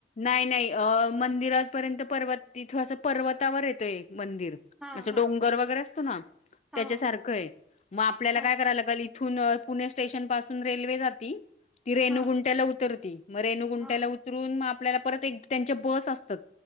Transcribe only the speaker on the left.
नाही नाही अ मंदिरपर्यंत पर्वत... तिथू असं पर्वतावर येतोय. मंदिर
असं
डोंगर वगैरे असतो ना
त्याच्या सारखं आहे मग आपल्याला
काय कराय लागल. थून पुणे स्टेशन पासून रेल्वे जातील... ती रेणुगुंट्याला...
उतरती. म रेनुगुंट्याला
उतरून.. आपल्याला परत एक त्यांच्या बस असतात.